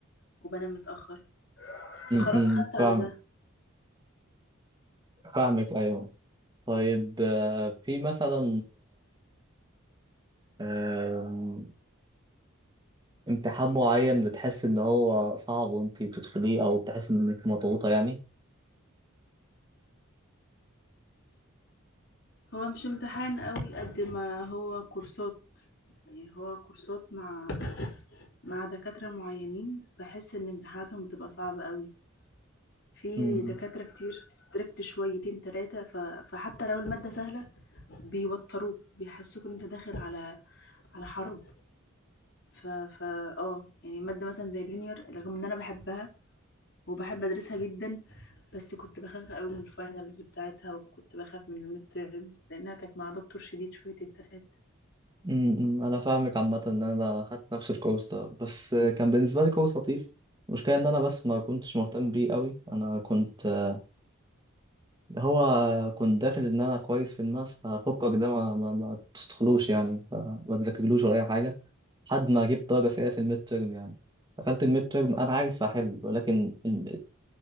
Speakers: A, on the left; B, on the right.
A: وبنام متأخر فخلاص
B: امم
A: خدت
B: فاهم
A: على ده
B: فاهمك ايوه طيب آه، في مثلا آم، امتحان معين بتحس ان هو صعب وانتي بتدخليه او بتحس انك مضغوطة يعني
A: هو مش امتحان قوي قد ما هو كورسات يعني هو كورسات مع مع دكاترة معينين بحس ان امتحاناتهم بتبقى صعبة قوي في
B: امم
A: دكاترة كتير ستريكت شويتين تلاتة ف... فحتى لو المادة سهلة بيوتروك بيحسوك ان انت داخل على على حرب ف ف اه يعني مادة مثلا زي اللينير رغم ان انا بحبها وبحب ادرسها جدا بس كنت بخاف قوي من الفاينلز بتاعتها وكنت بخاف من الميد تيرمز لانها كانت مع دكتور شديد شوية التلاتة
B: امم انا فاهمك عامة ان انا خدت نفس الكورس ده بس آه، كان بالنسبة لي كورس لطيف المشكلة ان انا بس ما كنتش مهتم بيه قوي انا كنت آه، هو كنت داخل ان انا كويس في الماس ففكك ده ما, ما, ما تدخلوش يعني فما تذاكرلوش ولا اي حاجة لحد ما جبت درجة سيئة في الميد تيرم يعني دخلت الميد تيرم انا عارف احل ولكن محتاج